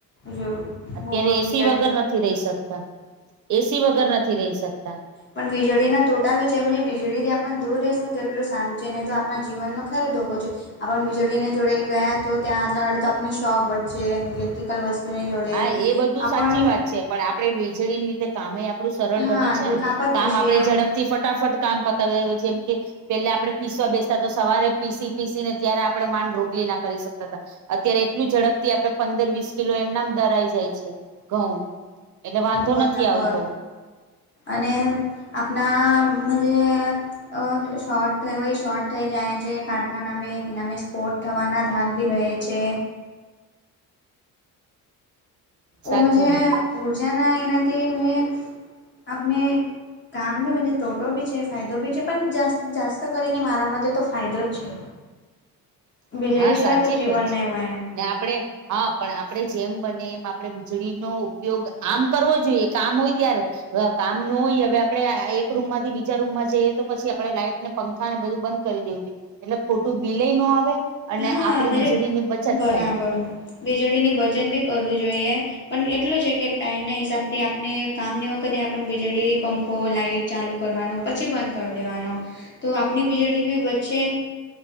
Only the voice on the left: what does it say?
જો.
બહુ
વીજળી
પણ વીજળી ના તોટા ભી છે મજે વીજળી થી આપણ દૂર રહેશું તેટલું સારું છે નહી તો આપણા જીવનનો ખરે ધોકો છે. આપણ વીજળી ને જોડે ગયા તો ત્યાં હાથ લાગાડે તો આપને શોખ બટશે ઇલેક્ટ્રિક એકલ વસ્તુની જોડે
આપણ
હા
દુખાપત
થશે
બરાબર.
અને આપના મજે અ શોર્ટ હોય શર્ટ થઈ જાય છે. કારખાનામે દિનામે સ્પોર્ટ ઠવાના ધાગ ભી રહે છે. ઓ
મજે
ઉર્જના એનાથી મજે આપને કામ બી તોટો બી છે. ફાયદો બી છે પણ જાસ્તૌ કરીને મારા માટે તો ફાયદો જ છે.
વીજળી સિવાય
તો જીવન
નહી મયે.
હા,
મજે
બરાબર
વીજળીની બચત બી કરવી જોઈએ. પણ એટલું છે કે ટાઈમ ના હિસાબથી આપણે કામની વખતે આપણને વીજળી પંખો લાાઈટ ચાલુ કરવાનો પછી બંધ કરી દેવાનો તો આપની વીજળી બી બચે